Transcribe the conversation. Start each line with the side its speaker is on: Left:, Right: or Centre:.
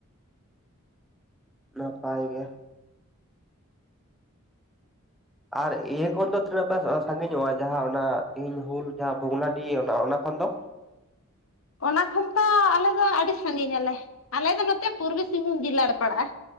Centre: ᱱᱟᱯᱟᱭ ᱜᱮ᱾ ᱟᱨ ᱤᱭᱟᱹ ᱠᱷᱚᱱ ᱫᱚ ᱛᱤᱱᱟᱹᱜ ᱯᱮ ᱥᱟᱺᱜᱤᱧ ᱧᱚᱜᱼᱟ ᱡᱟᱦᱟᱸ ᱚᱱᱟ ᱛᱮᱦᱮᱧ ᱦᱩᱞ ᱡᱟᱦᱟᱸ ᱵᱷᱚᱜᱽᱱᱟᱰᱤᱦ ᱚᱱᱟ ᱚᱱᱟ ᱠᱷᱚᱱ ᱫᱚ?
Left: ᱚᱱᱟ ᱠᱷᱚᱱ ᱫᱚ ᱟᱞᱮ ᱫᱚ ᱟᱹᱰᱤ ᱥᱟᱺᱜᱤᱧ ᱟᱞᱮ ᱾ ᱟᱞᱮ ᱫᱚ ᱱᱚᱛᱮ ᱯᱩᱨᱵᱤ ᱥᱤᱝᱵᱷᱩᱢ ᱡᱤᱞᱟ ᱨᱮ ᱯᱟᱲᱟᱜᱼᱟ᱾